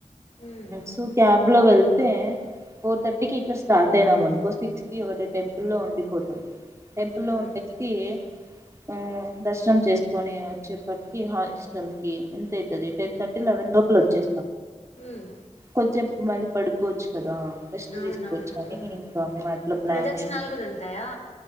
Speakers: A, on the left; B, on the right.
A: ఉమ్
B: స క లో వెళ్తే ఫోర్ థర్టీకి ఇక్కడ స్టార్ట్ అయినాం అనుకో సిక్స్ కి ఒక టెంపుల్ లో ఉండిపోతాం టెంపుల్
A: ఉమ్
B: లో ఉంటేసి ఆ దర్శనం చేసుకొని వచ్చేప్పటికి హాస్టల్ కి ఎంతవుతుంది టెన్ థర్టీ లెవెన్ లోపల వచ్చే
A: ఉమ్
B: కొచ్చే మళ్ళీ పడుకోవచ్చు కదా రెస్ట్
A: అవునవును
B: తీసుకోవచ్చు అని ఇంకా మేము అట్లా ప్లాన్
A: ప్రదక్షిణాలు
B: చేస్తాం
A: కూడా ఉంటాయా